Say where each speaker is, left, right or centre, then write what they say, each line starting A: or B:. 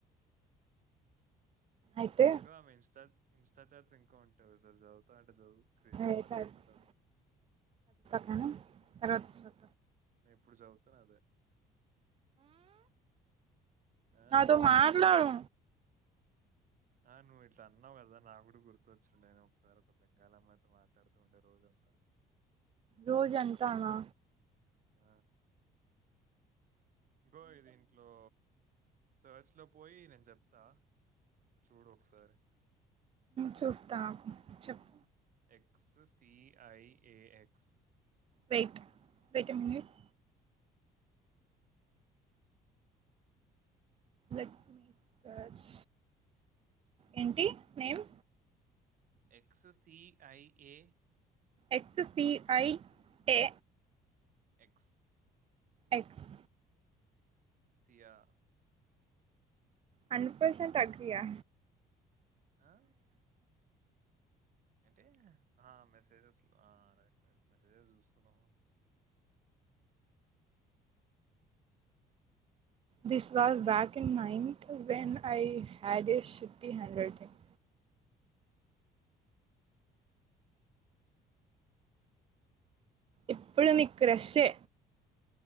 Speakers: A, on the right; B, on the right.
A: అయితే
B: ఇగో ఆమె ఇన్స్టాల్ ఇన్స్టా చార్ట్ ఇంక ఉంట సఅఆ చదువుతా నా అసలు క్రేజీ
A: చదువుతా
B: మాట్లాడుతుండారు
A: కానీ తర్వాత చూద్దాం
B: నే ఎప్పుడు చవుతాను అదే ఆ!
A: నాతో మాట్లాడు
B: ఆ నువ్వు ఇట్లా అన్నావు కదా నా కూడా గుర్తొచ్చిండే నేను ఒకసారి ఒక బెంగాల్ అమ్మయితో మాట్లాడుతూ ఉండే రోజంతా
A: రోజంతా నా
B: ఆ! ఇగో ఇది ఇంట్లో సర్చ్లో పోయి నేను చెప్తా చూడు ఒకసారి.
A: చూస్తా ఆగు చెప్పు
B: X C I A X
A: wait wait a minute let me search ఏంటి name
B: X C I A
A: X C I A
B: X
A: X
B: సియా
A: హండ్రెడ్ పర్సెంట్ తగ్గియా
B: ఆ ఏంటీ ఆ మెసేజెస్లో ఆ రైట్ రైట్ మెసేజెస్ చూస్తున్నావ
A: this was back in ninth when I had is షుటీ handle thing ఇప్పుడు నీకు క్రషే